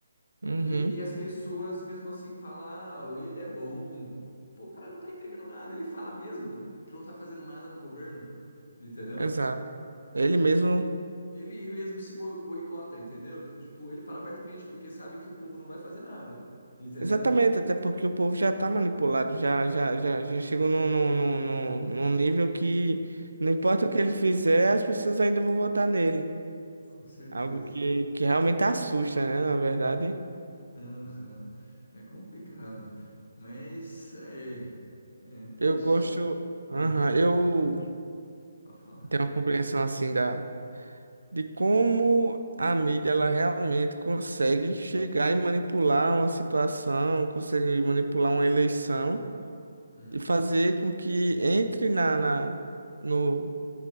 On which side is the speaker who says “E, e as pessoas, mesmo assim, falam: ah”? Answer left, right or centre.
Left